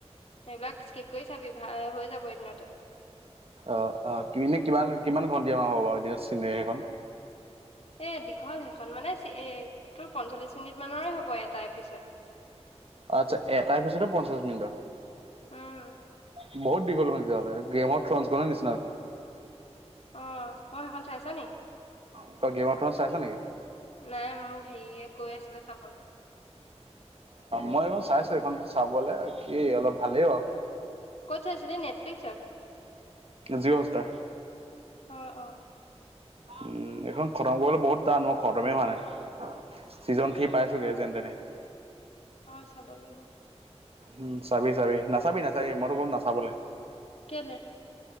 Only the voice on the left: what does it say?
সেইবিলাক স্কিপ কৰি চাবি ভাল হৈ যাব এদিনতে।
এই দীঘল সেইখন মানে চ এই তোৰ পঞ্চল্লিছ মিনিটমানৰে হ'ব এটা এপিছড।
উম
অ, অ সেইখন চাইছ নি?
নাই মোক হেৰিয়ে কৈ আছিলে চাবলে।
ক'ত ছাইছিলি নেটফ্লিক্সত?
অ'-অ'
অ
অ' চাব লাগিব।
কেলে?